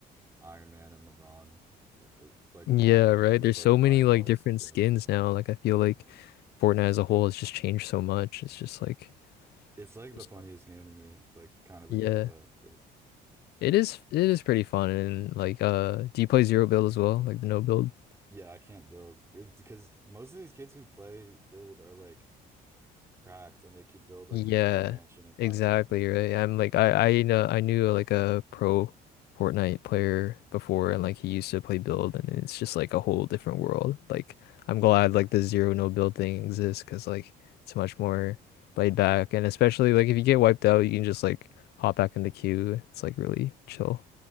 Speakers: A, on the right (about 15°); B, on the left (about 70°).
A: Iron Man and LeBron uh, uh, like
B: Yeah,
A: flying
B: right.
A: with
B: There's
A: like
B: so
A: fireballs
B: many like different
A: yeah
B: skins now. Like I feel like Fortnite as a whole has just changed so much. It's just like
A: it's like the
B: It's
A: funniest game to me like kind of because
B: yeah.
A: of that but
B: It is it is pretty fun and like uh do you play zero build as well? Like the no build?
A: Yeah, I can't build it- because most of these kids who play build are like cracked and they could build like
B: Yeah,
A: an entire mansion in five
B: exactly
A: seconds.
B: right. I'm like I I know I knew like a pro Fortnite player before and like he used to play build and it's just like a whole different world. Like I'm glad like the zero no build thing exists because like it's much more laid back and especially like if you get wiped out you can just like hop back in the queue. It's like really chill,